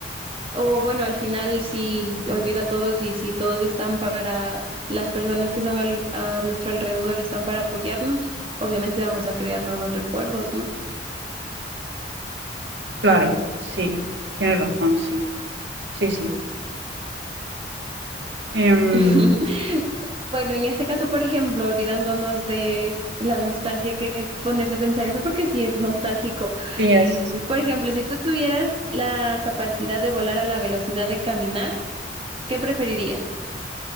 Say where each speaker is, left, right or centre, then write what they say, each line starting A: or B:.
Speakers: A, on the right; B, on the right.
A: O bueno, al final si olvido a todos y si todos están para, las personas que son al- a nuestro alrededor están para apoyarnos, obviamente vamos a crear nuevos recuerdos, ¿no?
B: Claro, sí, tienes razón, sí, sí, sí. Em,
A: <laughs> Bueno, en ese caso, por ejemplo, olvidándonos de la nostalgia que es ponerse a pensar eso, porque sí es nostálgico.
B: sí, es, sí.
A: Por ejemplo, si tú tuvieras la capacidad de volar a la velocidad de caminar, ¿qué preferirías?